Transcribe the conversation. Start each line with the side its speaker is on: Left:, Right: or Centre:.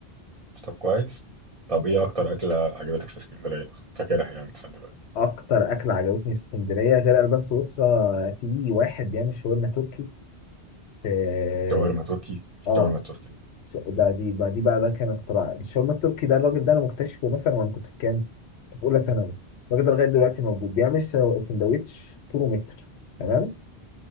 Right: طب كويس طب ايه اكتر اكلة عجبتك في اسكندرية فاكرها يعني لحد دلوقتي
Left: اكتر اكل عجبتني في اسكندريه غير البان سويسرا في واحد بيعمل شاورما تركي اه
Right: شاورما تركي الشاورما
Left: آه،
Right: التركي دي
Left: ش- ده دي بقى دي بقى ده كان اختراع الشاورما التركي ده الراجل ده انا مكتشفه مثلا وانا كنت في كام كنت في اولى ثانوي الراجل ده لغايه دلوقتي موجود بيعمل سا- سندوتش طوله متر تمام